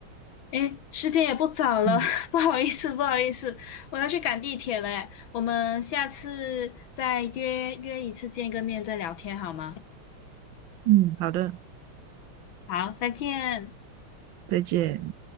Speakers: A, on the left (about 70°); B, on the right (about 70°).
A: 诶，时间也不早了，
B: 嗯
A: <laughs> 不好意思，不好意思，我要去赶地铁了诶我们下次再约约一次见个面再聊天好吗？
B: 嗯，好的，
A: 好，再见。
B: 再见。